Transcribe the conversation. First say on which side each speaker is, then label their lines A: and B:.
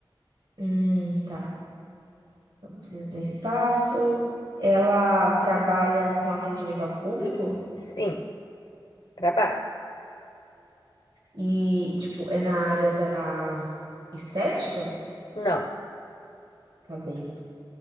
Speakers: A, on the right (about 80°); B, on the left (about 80°).
A: hum, tá. Então, precisa de um espaço. Ela trabalha com atendimento ao público
B: Sim, trabalha.
A: e, tipo, é na área da estética?
B: Não.
A: Tá bem.